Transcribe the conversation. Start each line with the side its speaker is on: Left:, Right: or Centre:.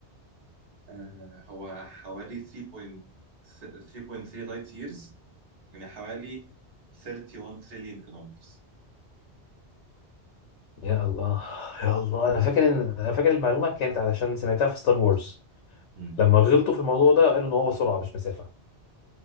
Right: آه هو حوالي 3.3 3.3 لايت ييرز يعني حوالي 31 تريليون كيلومترز
Left: يا الله يا الله انا فاكر ان انا فاكر المعلومه كانت علشان سمعتها في ستار وورز
Right: امم
Left: لما غلطوا في الموضوع ده قالوا ان هو سرعه مش مسافه